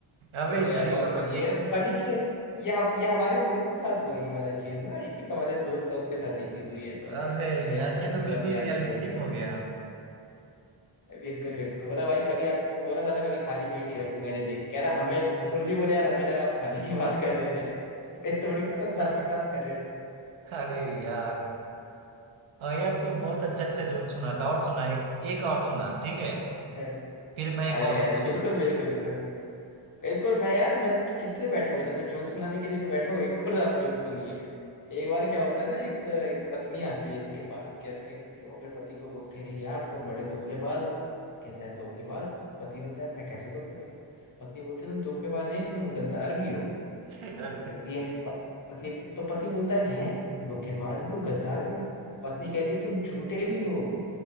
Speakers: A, on the right; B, on the left.
A: अबे
B: अ, यार
A: चल
B: बहुत
A: एक
B: फनी
A: और एक
B: है फनी के ये ये हमारे दोस्त के साथ हुआ ये वाला चीज ना एक हमारे दोस्त था उसके साथ ये चीज हुई है तो
A: अबे
B: इसलिए
A: यार
B: वो तो ऐसी
A: ये तो बिल्कुल
B: बातें याद
A: रियलिस्टिक
B: आती रहती है
A: हो गया
B: बिल्कुल बिल्कुल बोला भाई कभी आपको बोला था ना कभी खाली पेट ही रखूंगा मैंने देखी कह रहा हमें ससुर जी बोले यार हमें लगा आप खाने की बात कर रहे थे मैं थोड़ी पता
A: <laughs>
B: सब ये बात कर रहे
A: अरे यार और यार तू बहुत अच्छा अच्छा जोक सुनाता और सुना एक एक और सुना ठीक है
B: थे
A: फिर मैं एक
B: अरे
A: और
B: अरे
A: सुनाऊंगा
B: बिल्कुल बिल्कुल बिल्कुल बिल्कुल मैं यार मैं किस लिए बैठा हुआ था मैं जोक सुनाने के लिए तो बैठा हुआ एक और आप जोक सुनिए एक बार क्या होता है ना एक एक पत्नी आती है इसके पास कहता है कि वो अपने पति को बोलती है यार तुम बड़े धोखेबाज हो कहता है धोखेबाज पति बोलता है मैं कैसे धोखेबाज पत्नी बोलती है तुम धोखेबाज नहीं तुम गद्दार भी हो
A: अरे
B: तो पत्नी बोलती है पति पत्नी तो पति बोलता है हैं धोखेबाज भी हो गद्दार भी हो पत्नी कहती है तुम झूठे भी हो